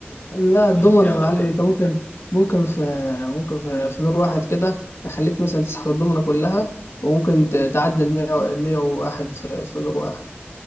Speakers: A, on the left; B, on the left.
A: لا
B: بتقول
A: الضمنه
B: لي في اوقات
A: يا معلم
B: ايه
A: انت ممكن ممكن في ممكن في في دور واحد كده تخليك مثلا تسحب الضمنه كلها وممكن ت- تعدي ال 100 ال 101 في في دور واحد